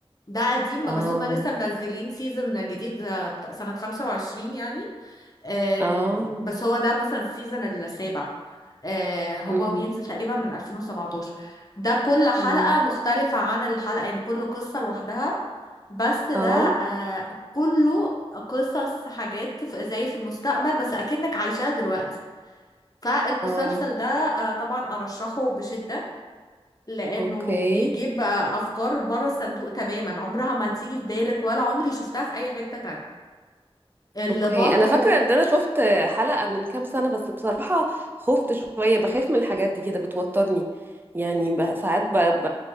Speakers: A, on the left (about 35°); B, on the right (about 20°).
A: ده قديم
B: اه
A: بس هما لسه منزلين سيزون جديد آه، بتاع سنة 25 يعني آم،
B: اه
A: بس هو ده مثلا السيزون السابع آه، هو
B: امم
A: بينزل تقريبا من 2017 ده كل حلقة
B: امم
A: مختلفة عن الحلقة يعني كل قصة لوحدها بس ده
B: اه
A: آه، كله قصص حاجات في- زي في المستقبل بس أكنك عايشاها دلوقتي فالمسلسل
B: اه
A: ده آه، طبعا أرشحه بشدة لانه
B: اوكي
A: بيجيب بقى افكار بره الصندوق تماما عمرها ما هتيجي في بالك ولا عمري شفتها في اي حتة تانية اللي
B: اوكي
A: برضو
B: انا فاكره ان انا شفت حلقه من كام سنه بس بصراحه خفت شويه بخاف من الحاجات دي كده بتوترني يعني ب- ساعات ب... ب...